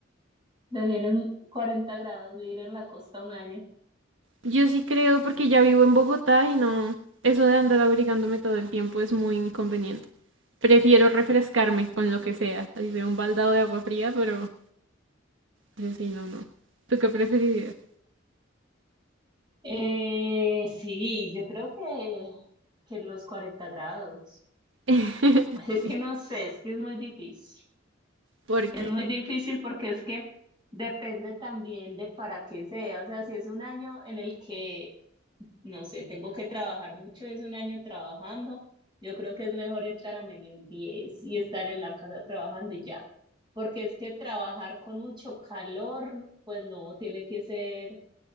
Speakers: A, on the right; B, on the right.
A: Vivir en cuarenta grados, vivir en la costa un año.
B: Yo sí creo porque ya vivo en Bogotá y no, eso de andar abrigándome todo el tiempo es muy inconveniente. Prefiero refrescarme con lo que sea, así sea un baldado de agua fría, pero yo sí, no, no. ¿Tú qué preferirías?
A: Eh, sí, yo creo que, que los 40 grados.
B: <laughs>
A: <laughs> Es que no sé, es que es muy difícil.
B: porque
A: Es muy difícil porque es que depende también de para qué sea. O sea, si es un año en el que, no sé, tengo que trabajar mucho y es un año trabajando, yo creo que es mejor estar a menos 10 y estar en la casa trabajando y ya. Porque es que trabajar con mucho calor, pues no, tiene que ser